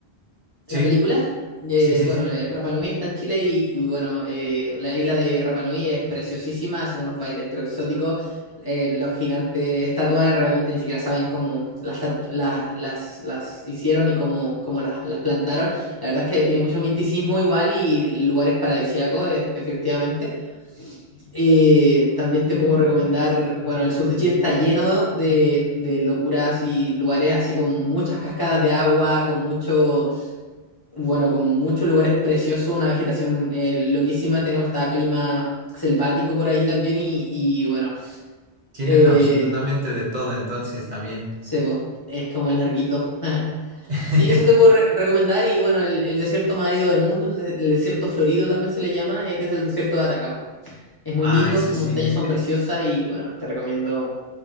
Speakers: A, on the left; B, on the right.
A: la
B: Sí,
A: película, eh,
B: sí, sí,
A: bueno,
B: sí.
A: eh, Rapa Nui está en Chile y, y bueno, eh, la isla de Rapa Nui es preciosísima, hacen unos bailes pero exóticos. eh, los gigantes estatuas realmente ni siquiera saben cómo las, tatu- las, las, las hicieron y cómo, cómo las, las plantaron. La verdad es que tiene mucho misticismo igual y lugares paradisíacos, eh, efectivamente. Eh, también te puedo recomendar, bueno, el sur de Chile está lleno de, de locuras y lugares así con muchas cascadas de agua, con mucho bueno, con muchos lugares preciosos, una vegetación eh, loquísima, tenemos hasta clima selvático por ahí también y, y bueno,
B: Tienen
A: eh,
B: absolutamente de todo entonces también.
A: sebo, es como el larguito. <laughs>
B: <laughs>
A: Sí, eso te puedo re- recomendar y bueno, el, el desierto más árido del mundo, el, de- el desierto florido también se le llama, eh, que es el desierto de Atacama. Es muy
B: Ah,
A: lindo,
B: ese
A: sus
B: sí.
A: montañas son preciosas y bueno, te recomiendo